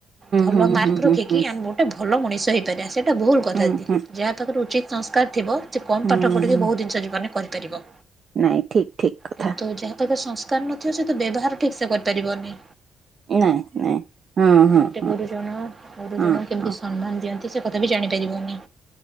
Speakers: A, on the right; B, on the right.
A: ଭଲ
B: ହୁଁ
A: ମାର୍କ
B: ହୁଁ
A: ରଖିକି,
B: ହୁଁ ହୁଁ ହୁଁ
A: ଆମ ଗୋଟେ ଭଲ ମଣିଷ ହେଇପାରିବା, ସେଇଟା ଭୁଲ କଥା
B: ହୁଁ
A: ଦିଦି
B: ହୁଁ
A: ଯାହା ପାଖରେ ଉଚିତ୍ ସଂସ୍କାର ଥିବ କମ
B: ହୁଁ
A: ପାଠ ପଢିକି,
B: ହୁଁ
A: ବହୁତ ଜିନିଷ ଜୀବନରେ କରିପାରିବ
B: ନାଇଁ ଠିକ ଠିକ କଥା
A: କିନ୍ତୁ ଯାହା ପାଖରେ ସଂସ୍କାର ସଂସ୍କାର ନଥିବ ସେ ତ ବ୍ୟବହାର ଠିକ ସେ କରିପାରିବନି।
B: ନାଇଁ ନାଇଁ ହଁ ହଁ।
A: ଗ ଗୁରୁଜନ, ଗୁରୁଜନ
B: ହଁ
A: କେମିତି
B: ହଁ
A: ସମ୍ମାନ ଦିଅନ୍ତି ସେ କଥା ବି ଜାଣି ପାରିବନି।